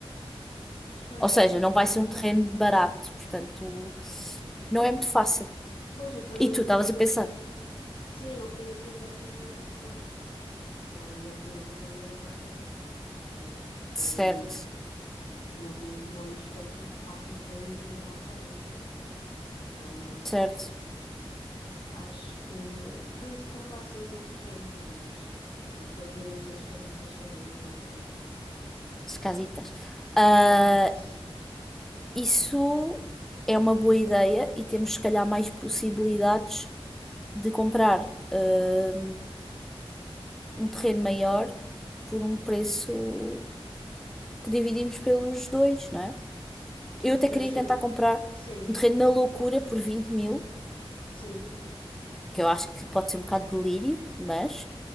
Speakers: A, on the left; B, in the centre.
A: pois,
B: Ou seja, não vai ser um terreno barato, portanto, não é muito fácil.
A: pois, eu também
B: E tu
A: não
B: estavas
A: queria ser
B: a pensar,
A: Sim, eu não queria sair desta zona por gosto. Ah, e obviamente a família está toda aqui. Portanto, ah,
B: certo,
A: não vim de Londres para aqui, para aqui para ir e morar para longe, não é? Ah,
B: certo,
A: acho que. Então, e se comprássemos um terreno juntas e fazíamos as casitas todas no mesmo terreno?
B: as casitas. Ah,
A: As casitas.
B: isso é uma boa ideia e temos, se calhar, mais possibilidades de comprar ah, um terreno maior por um preço que dividimos pelos dois, não é? Eu até
A: Mas
B: queria
A: seri-
B: tentar comprar
A: sim,
B: um terreno na loucura por 20 mil
A: sim,
B: que eu acho que pode ser um bocado de delírio, mas